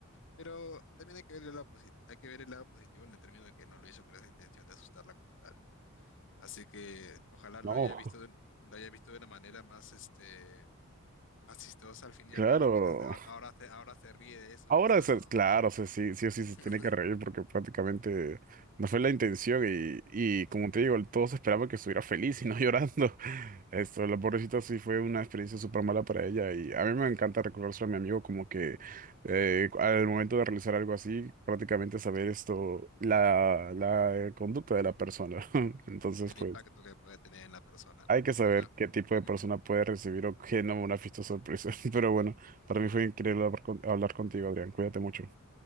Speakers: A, on the left; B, on the right.
A: Pero también hay que ver el lado positivo, hay que ver el lado positivo en el término de que no lo hizo con esa intención de asustarla como tal, ¿no? Así que ojalá
B: No,
A: lo haya visto de, un- lo haya visto de una manera más este más chistosa al fin y
B: claro.
A: al cabo, quizás ahora ahora se, ahora se ríe de eso,
B: Ahora,
A: quizás,
B: o sea,
A: ¿no?
B: claro, o sea, sí, sí o sí
A: <laughs>
B: se tiene que reír porque prácticamente no fue la intención y, y como
A: Ujú.
B: te digo, todos esperaban que estuviera feliz y no <laughs> llorando. Esto, la pobrecita sí fue una experiencia súper mala para ella y a mí me encanta recordárselo a mi amigo como que eh, al momento de realizar algo así, prácticamente saber esto, la, la conducta de la persona. <laughs> Entonces,
A: El
B: pues,
A: impacto que puede tener en la persona, ¿no?
B: hay que saber
A: Pero
B: qué tipo de
A: ujú.
B: persona puede recibir o qué no una fiesta sorpresa. <laughs> Pero bueno, para mí fue increíble hablar con- hablar contigo, Adrián. Cuídate mucho.